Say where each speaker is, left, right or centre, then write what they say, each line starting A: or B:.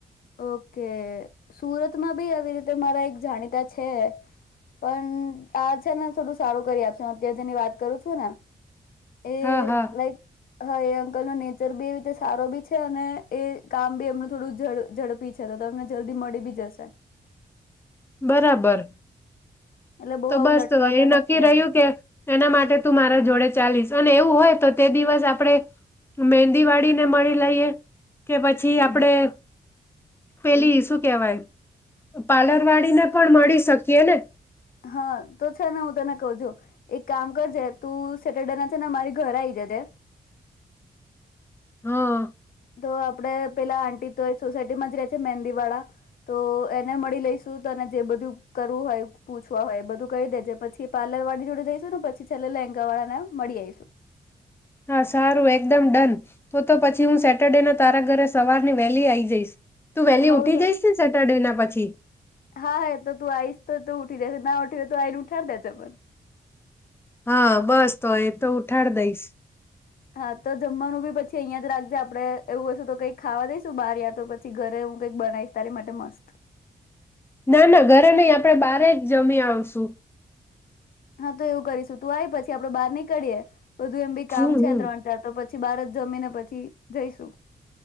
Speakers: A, on the left; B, on the left.
A: ઓકે! સુરત. બી આવી રીતે મારા એક જાણીતા છે, પણ આ છે ને થોડું સારું કરી આપશ હું અત્યાર જેની વાત કરું છું ને. એ
B: હા હા
A: લાઈક હા એ અંકલ હ ન દરજી એ રીતે સારો બી છે, અને એ કામ બી એમનું થોડું ઝડપ. ઝડપી છેે. તો તો તમને જલ્દી મળી બી જશે.
B: બરાબર.
A: એટલે બહુ
B: તો
A: આવું
B: બસ
A: લટકાવતા
B: એ નક્કી
A: નથી
B: રહ્યું
A: એમ
B: કે એના માટે તું મારા જોડે ચાલીસ અને એવું હોય તો તે દિવસ આપણે મહેંદી વાળીને મળી લઈએ કે પછી આપણેે પેલી શું કેહેવાય પાર્લર વાળીને પણ મળી શકીએ ને
A: હા તો છે ને હું તને કહું જો એક કામ કરજે તું સેટરડે ના છે ને મારી ઘર આ આવી જજે
B: હમ
A: તો આપડે પેલા આંટી તો એ સોસાયટી એમાં જ રહે છે મહેંદી વાળા તો એને મળી લઈશું તને જે બધું કરવું હોય પૂછવા હોય એ બધું કરી દેજે પછી પાર્લર વાળી જોડે જઈશું ને પછી છેલ્લે લેંગા વાળા ને મળી આવીઈશું
B: હા સારું એકદમ ડન તો તો પછી હું સેટરડે ના તારા ઘરે સવારની વહેલી આ આવી જઈશ તું વહેલી
A: હવતો
B: ઉઠી જઈશ ને સેટરડે ના પછી
A: હા હ તો તું આવીઈશ તો ઉ ઉ દે ના ઉઠી તો આઈને ઉઠર દે છે પણ
B: હા બસ તો એ તો ઉઠાડ દઈશ
A: હા તો જમવાનું બી પછી અહીયાયા જ રાખજે આપડે એવું વતુ તો કઈક ખાવા દઈશું બહાર યા તો પછી ઘરે હું કઈક બનાવીશ તારી માટે મસ્ત
B: ના ના ઘરે નહી આપણે બારે જ જમી આવશું
A: હા તો એવું કરીશું તું આવી પછી આપડો બહાર નીકળીએ બધું એમ બી કામ
B: હમ
A: છે
B: હમ
A: ત્રણ ચાર તો પછી પછી બારત જમીને પછી જઈશું